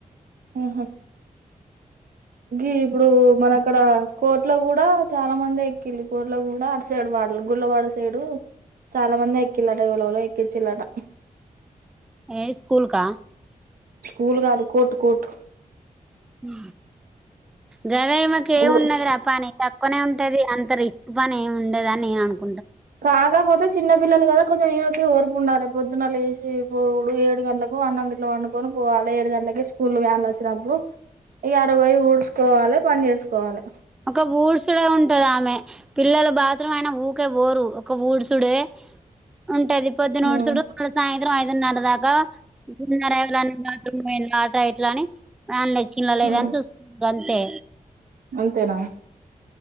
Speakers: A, on the right; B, in the centre.
A: ఉహు గీ ఇప్పుడు మన అక్కడ కోట్ల కూడా చాలా మంది ఎక్కిళ కోట్ల కూడా అటు సైడు వాడ గుళ్ళవాడ సైడు చాలా మంది ఎక్కిళ్లాట విలువలో ఎక్కిచ్చిందంట
B: ఏ స్కూల్కా
A: స్కూల్ కాదు కోట్ కోట్
B: ఉ గదా ఈ మాకు ఏమి
A: ఊరు
B: ఉండది రా పని తక్కువనే ఉంటది అంత రిస్క్ పని ఏమి ఉండదని నేను అనుకు
A: కాకపోతే చిన్న పిల్లలు కదా కొంచెం ఏకి ఓరుపు ఉండాలి పొద్దున వేసి పోడు ఏడు గంటలకు అన్న గట్లో వండుకొని పోవాలి ఏడు గంట అలాగే స్కూల్ వన్ వచ్చినప్పుడు ఈ అడ పోయి ఊడ్చకోవాలి పని చేసుకోవాలి
B: ఒక ఉడ్సుడే ఉంటది ఆమె పిల్లలు బాత్రూమ్ అయిన ఊకే బోరు ఒక ఉడుసుడే ఉంటది పొద్దునోటి
A: మ్మ్
B: చుడు వాళ్ళ సాయంత్రం ఐదున్నర దాకా గున్నర ఎవన్న బాత్రూట ఇట్లాని మన్న ఎక్కిన లేద
A: మ్మ్
B: అని చూస్తుంది అంతే
A: అంతేనా